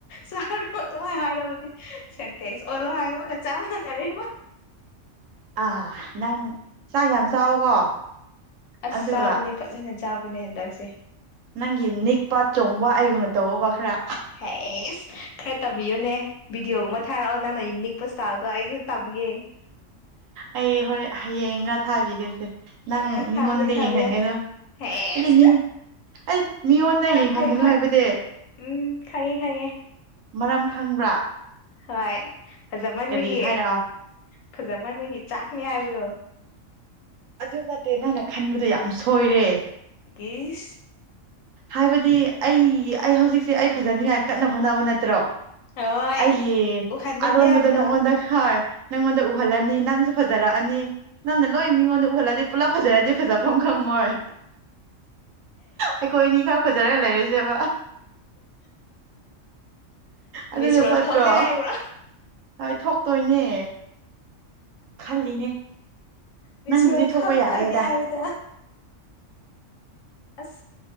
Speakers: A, on the left (about 80°); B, on the right (about 80°).
A: ꯆꯥꯔꯣ ꯑꯗꯨꯉꯥꯏ ꯍꯥꯏꯔꯕꯗꯤ ꯁꯦꯟꯇꯦꯛꯁ ꯑꯣꯜꯂꯣ ꯍꯥꯏꯕꯒ ꯆꯞ ꯃꯥꯟꯅꯔꯦꯕ
B: ꯑꯥ ꯅꯪ ꯆꯥꯛ ꯌꯥꯝ ꯆꯥꯎꯀꯣ
A: ꯑꯁ
B: ꯑꯗꯨꯒ
A: ꯆꯥꯕꯅꯦ ꯐꯖꯅ ꯆꯥꯕꯅꯦ ꯍꯟꯗꯛꯁꯦ
B: ꯅꯪꯒꯤ ꯅꯤꯛꯄ ꯆꯣꯡꯕ ꯑꯩꯒꯨꯝꯅ ꯇꯧꯕ ꯈꯔ
A: ꯑꯦ ꯑꯦꯁ ꯈꯔ ꯇꯝꯕꯤꯌꯨꯅꯦ ꯚꯗꯤꯑꯣꯒꯨꯝꯕ ꯊꯥꯔꯛꯑꯣ ꯅꯪꯅ ꯁꯥꯕꯗꯣ ꯑꯩꯗꯤ ꯇꯝꯒꯦ
B: ꯑꯩ ꯍꯣꯔꯦꯟ ꯍꯌꯦꯡꯒ ꯊꯥꯕꯤꯒꯦꯁꯦ
A: ꯊꯥꯕꯤꯌꯣ
B: ꯅꯪ ꯃꯤꯉꯣꯟꯗꯗꯤ
A: ꯊꯥꯕꯤꯌꯣ
B: ꯌꯦꯡꯍꯟꯒꯅꯨ
A: ꯍꯦꯁ
B: ꯍꯥꯏꯗꯤ ꯃꯤ ꯑꯩ ꯃꯤꯉꯣꯟꯗ
A: ꯍꯣꯏ
B: ꯌꯦꯡꯍꯟꯒꯅꯨ
A: ꯍꯣꯏ ꯍꯣꯏ
B: ꯍꯥꯏꯕꯗꯤ
A: ꯎꯝ ꯈꯪꯉꯦ ꯈꯪꯉꯦ
B: ꯃꯔꯝ ꯈꯪꯕ꯭ꯔꯥ
A: ꯍꯣꯏ ꯐꯖꯃꯟꯕꯒꯤ
B: ꯀꯔꯤ ꯍꯥꯏꯔꯛꯑꯣ
A: ꯐꯖꯃꯟꯕꯒꯤ ꯆꯥꯛꯅꯤ ꯍꯥꯏꯕꯗꯣ
B: ꯑꯗꯨ ꯅꯠꯇꯦ ꯅꯪꯅ ꯈꯟꯕꯗꯣ ꯌꯥꯝ ꯁꯣꯏꯔꯦ
A: ꯏꯁ
B: ꯍꯥꯏꯕꯗꯤ ꯑꯩ ꯑꯩ ꯍꯧꯖꯤꯛꯁꯦ ꯑꯩ ꯐꯖꯅꯤꯡꯉꯥꯏ ꯀꯟꯅ ꯍꯣꯠꯅꯕ ꯅꯠꯇ꯭ꯔꯣ
A: ꯍꯣꯏ
B: ꯑꯩꯒꯤ
A: ꯎꯍꯟꯅꯤꯡꯗꯦ
B: ꯑꯔꯣꯟꯕꯗꯣ
A: ꯍꯥꯏꯕꯗꯣ
B: ꯅꯪꯉꯣꯟꯗ ꯍꯣꯏ ꯅꯪꯉꯣꯟꯗ ꯎꯍꯜꯂꯒ ꯅꯪꯁꯨ ꯐꯖꯔꯛꯑꯅꯤ ꯅꯪꯅ ꯂꯣꯏ ꯃꯤꯉꯣꯟꯗ ꯎꯍꯜꯂꯗꯤ ꯄꯨꯂꯞ ꯐꯖꯔꯗꯤ ꯐꯖꯕ ꯃꯐꯝ ꯈꯪꯉꯣꯏ ꯑꯩꯈꯣꯏ ꯏꯅꯤꯈꯛ ꯐꯖꯔ ꯂꯩꯔꯁꯦꯕ ꯑꯗꯨꯅ
A: ꯃꯤꯁꯋꯣ꯭ꯔꯜ
B: ꯐꯠꯇ꯭ꯔꯣ
A: ꯊꯣꯛꯁꯦ ꯍꯥꯏꯕ꯭ꯔꯣ
B: ꯍꯣꯏ ꯊꯣꯛꯇꯣꯏꯅꯦ ꯈꯜꯂꯤꯅꯦ
A: ꯃꯤꯁꯋꯣ꯭ꯔꯜ
B: ꯅꯪꯕꯨꯗꯤ ꯊꯣꯛꯄ
A: ꯊꯛꯇꯣꯏꯅꯦ
B: ꯌꯥꯏꯌꯦꯗ
A: ꯍꯥꯏꯕꯗ ꯑꯁ